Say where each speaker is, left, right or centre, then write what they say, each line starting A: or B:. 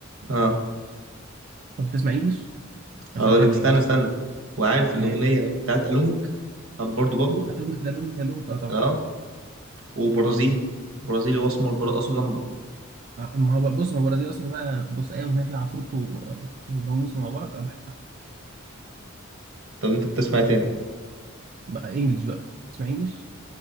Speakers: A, on the right; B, on the right.
A: اه
B: طب بتسمع انجلش عشان
A: هقول
B: انا
A: لك
B: بحب
A: استنى
B: الانجليش
A: استنى وعارف الاغنيه
B: إيه،
A: بتاعت الوميك طب برضو بابلو
B: الومك الومك الومك اه طبعا
A: اه وبرازيلي برازيلي واسمر برقص سامبا
B: آه، ما هو بقى- بص ما هو البرازيل اصلا بقى بص اي اغنيه فيها عفروتو و- وراموس مع بعض انا بحبها
A: طب انت بتسمع إيه تاني
B: بقى انجليش بقى اسمع انجليش